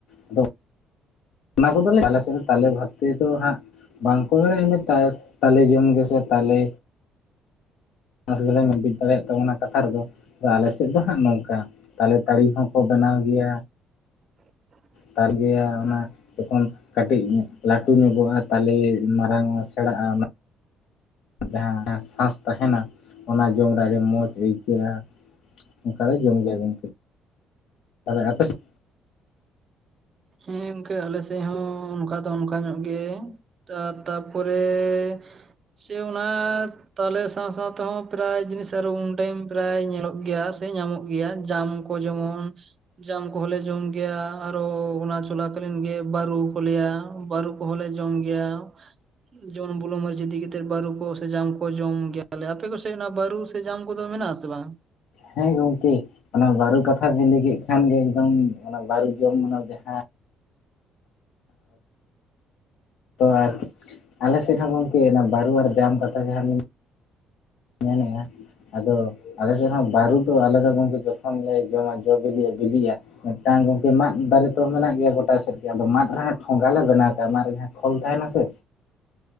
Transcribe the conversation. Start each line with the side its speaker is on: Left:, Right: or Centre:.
Left: ᱟᱫᱚ ᱚᱱᱟ ᱠᱚᱫᱚᱞᱮ ᱟᱞᱮ ᱥᱮᱫ ᱛᱟᱞᱮ ᱵᱷᱟᱛᱮ ᱫᱚ ᱦᱟᱸᱜ ᱵᱟᱝᱠᱚ ᱢᱮᱱᱟ ᱤᱱᱟᱹ ᱛᱟ ᱛᱟᱞᱮ ᱡᱚᱢ ᱜᱮ ᱥᱮ ᱛᱟᱞᱮ᱾ ᱟᱥ ᱜᱮᱞᱮ <inaudible> ᱫᱟᱲᱮᱭᱟᱜ ᱛᱟᱵᱚᱱᱟ ᱠᱟᱛᱷᱟ ᱨᱮᱫᱚ ᱟᱞᱮ ᱥᱮᱫ ᱫᱚ ᱦᱟᱜ ᱱᱚᱝᱠᱟ ᱛᱟᱞᱮ ᱛᱟᱹᱲᱤ ᱦᱚᱸᱠᱚ ᱵᱮᱱᱟᱣ ᱜᱮᱭᱟ
Right: <unintelligible>
Left: ᱛᱟᱨ ᱜᱮᱭᱟ ᱚᱱᱟ ᱛᱚᱠᱷᱚᱱ ᱠᱟᱹᱴᱤᱡ ᱞᱟᱹᱴᱩ ᱧᱚᱜᱚᱜ-ᱟ ᱛᱟᱞᱮ ᱢᱟᱨᱟᱝ ᱚᱜ-ᱟ ᱥᱮᱬᱟᱜ-ᱟ ᱡᱟᱦᱟ ᱥᱟᱥ ᱛᱟᱦᱮᱱᱟ ᱚᱱᱟ ᱡᱚᱢᱨᱮ ᱟᱹᱰᱤ ᱢᱚᱸᱡᱽ ᱟᱹᱭᱠᱟᱹᱜ-ᱟ ᱚᱱᱠᱟᱨᱮ ᱡᱚᱢ ᱜᱮᱭᱟ ᱜᱚᱝᱠᱮ ᱛᱟᱦᱚᱞᱮ ᱟᱯᱮ ᱥᱮᱫ
Right: ᱦᱮᱸ ᱜᱚᱝᱠᱮ ᱟᱞᱮ ᱥᱮᱫ ᱦᱚᱸ ᱱᱚᱠᱟ ᱫᱚ ᱚᱱᱠᱟ ᱧᱚᱜ ᱜᱮ ᱛᱟ ᱛᱟᱯᱚᱨᱮ ᱥᱮ ᱚᱱᱟ ᱛᱟᱦᱚᱞᱮ ᱥᱟᱣ ᱥᱟᱣ ᱛᱮᱦᱚᱸ ᱯᱨᱟᱭ ᱡᱤᱱᱤᱥ ᱟᱨᱚ ᱩᱢ ᱴᱟᱭᱤᱢ ᱯᱨᱟᱭ ᱧᱮᱞᱚᱜ ᱜᱮᱭᱟ ᱥᱮ ᱧᱟᱢᱚᱜ ᱜᱮᱭᱟ ᱡᱟᱢ ᱠᱚ ᱡᱮᱢᱚᱱ ᱡᱟᱢ ᱠᱚᱦᱚᱸ ᱞᱮ ᱡᱚᱢ ᱜᱮᱭᱟ ᱟᱨᱚ ᱚᱱᱟ ᱪᱚᱞᱟ ᱠᱟᱞᱤᱱ ᱜᱮ ᱵᱟᱹᱨᱩ ᱠᱚᱞᱮᱭᱟ ᱵᱟᱹᱨᱩ ᱠᱚᱦᱚᱸ ᱞᱮ ᱡᱚᱢ ᱜᱮᱭᱟ᱾ ᱡᱮᱢᱚᱱ ᱵᱩᱞᱩᱝ ᱢᱟᱨᱤᱪ ᱤᱫᱤ ᱠᱟᱛᱮᱫ ᱵᱟᱹᱨᱩ ᱠᱚ ᱥᱮ ᱡᱟᱢ ᱠᱚ ᱡᱚᱢ ᱜᱮᱭᱟᱞᱮ ᱟᱯᱮ ᱠᱚ ᱥᱮ ᱚᱱᱟ ᱵᱟᱹᱨᱩ ᱡᱟᱢ ᱠᱚᱫᱚ ᱢᱮᱱᱟᱜ-ᱟ ᱥᱮ ᱵᱟᱝ?
Left: ᱦᱮᱸ ᱜᱚᱝᱠᱮ ᱚᱱᱟ ᱵᱟᱹᱨᱩ ᱠᱟᱛᱷᱟ ᱵᱮᱱ ᱞᱟᱹᱭ ᱠᱮᱫ ᱠᱷᱟᱱ ᱜᱮ ᱮᱠᱫᱚᱢ ᱚᱱᱟ ᱵᱟᱨᱩ ᱡᱚᱢ ᱚᱱᱟ ᱡᱟᱦᱟ ᱛᱚ ᱟᱨᱠᱤ ᱟᱞᱮ ᱥᱮᱫ ᱦᱚᱸ ᱜᱚᱝᱠᱮ ᱚᱱᱟ ᱵᱟᱹᱨᱩ ᱟᱨ ᱡᱟᱢ ᱠᱟᱛᱷᱟ ᱡᱟᱦᱟ ᱵᱮᱱ ᱢᱮᱱ ᱮᱜ-ᱟ ᱟᱫᱚ ᱟᱞᱮ ᱥᱮᱫ ᱦᱚᱸ ᱵᱟᱨᱩ ᱫᱚ ᱟᱞᱮ ᱫᱚ ᱜᱚᱝᱠᱮ ᱡᱚᱠᱷᱚᱱ ᱞᱮ ᱡᱚᱢᱟ ᱡᱚ ᱵᱤᱞᱤ ᱵᱤᱞᱤᱜ-ᱟ ᱢᱤᱫᱴᱟᱝ ᱜᱚᱝᱠᱮ ᱢᱟᱫ ᱫᱟᱨᱮ ᱛᱚ ᱢᱮᱱᱟᱜ ᱜᱮᱭᱟ ᱜᱚᱴᱟ ᱥᱮᱫ ᱜᱮ ᱟᱫᱚ ᱢᱟᱫ ᱨᱮᱦᱟᱜ ᱴᱷᱚᱜᱟ ᱞᱮ ᱵᱮᱱᱟᱣ ᱠᱟᱜ-ᱟ ᱢᱟᱫ ᱨᱮ ᱡᱟᱦᱟ ᱠᱷᱚᱞ ᱛᱟᱦᱮᱱᱟ ᱥᱮ